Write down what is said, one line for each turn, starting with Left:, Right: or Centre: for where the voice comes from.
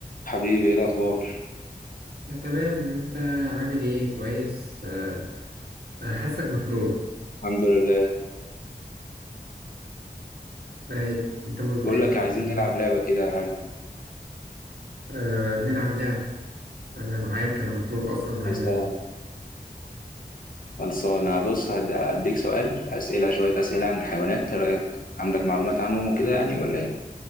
Left: حبيبي ايه الاخبار
Right: آه، تمام انت عامل ايه كويس آه، آه، حاسك مخنوق
Left: الحمد لله
Right: آه، انت مز...
Left: بقول
Right: ال-
Left: لك عايزين
Right: ال-
Left: نلعب لعبه كده حلو
Right: آه، نلعب لعبة انا معاك انا مخنوق اصلا وعايز
Left: خلصان
Right: العب
Left: خلصان أنا بص هد- هديك سؤال اسئله شويه اسئله عن الحيوانات ايه رايك عندك معلومات عنهم وكده يعني ولا ايه